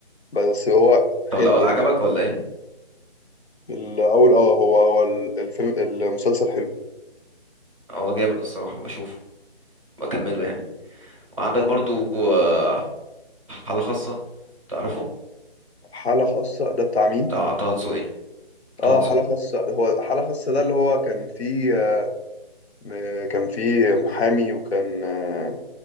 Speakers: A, on the left (about 85°); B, on the right (about 30°).
A: بس هو حلو
B: طب الاول
A: يعني
B: عجبك ولا ايه
A: الأول اه هو هو ال- الفيلم المسلسل حلو
B: هو جامد الصراحه بشوفه بكمله يعني وعندك برضو آه حاله خاصه تعرفه
A: حالة خاصة ده بتاع مين؟
B: بتاع طه دسوقي طه
A: اه
B: دسوقي
A: حالة خاصة هو حالة خاصة ده اللي هو كان فيه آه، م- كان فيه محامي وكان آه،